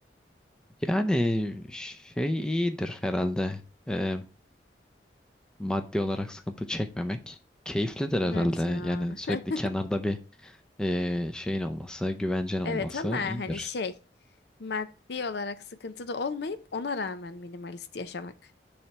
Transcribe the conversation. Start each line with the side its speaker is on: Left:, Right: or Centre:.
Centre: Yani şey iyidir herhalde. E, maddi olarak sıkıntı çekmemek. Keyiflidir herhalde.
Left: Evet ya.
Centre: Yani sürekli
Left: <laughs>
Centre: kenarda bir e, şeyin olması, güvencen olması
Left: Evet ama hani
Centre: iyidir.
Left: şey maddi olarak sıkıntı da olmayıp ona rağmen minimalist yaşamak.